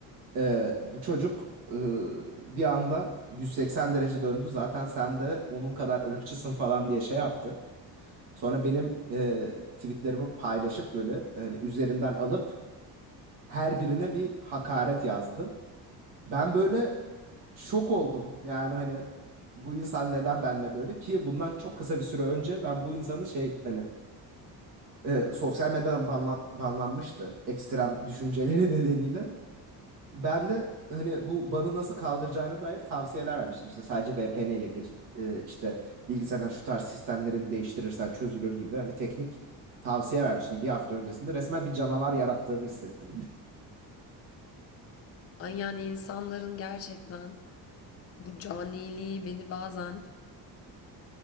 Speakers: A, on the right; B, on the left.
A: Ee, bu çocuk e, bir anda 180 derece döndü. Zaten sen de onun kadar ırkçısın falan diye şey yaptı. Sonra benim e, tweetlerimi paylaşıp böyle hani üzerinden alıp her birine bir hakaret yazdı. Ben böyle şok oldum. Yani hani bu insan neden benimle böyle? Ki bundan çok kısa bir süre önce ben bu insanı şey hani e, sosyal medyadan banla- banlanmıştı ekstrem düşünceleri <laughs> nedeniyle. Ben de hani bu banı nasıl kaldıracağına dair tavsiyeler vermiştim. İşte sadece VPN ile gir, e, işte bilgisayardan şu tarz sistemlerini değiştirirsen çözülür gibi hani teknik tavsiye vermiştim bir hafta öncesinde. Resmen bir canavar yarattığımı hissettim.
B: Ay yani insanların gerçekten bu caniliği beni bazen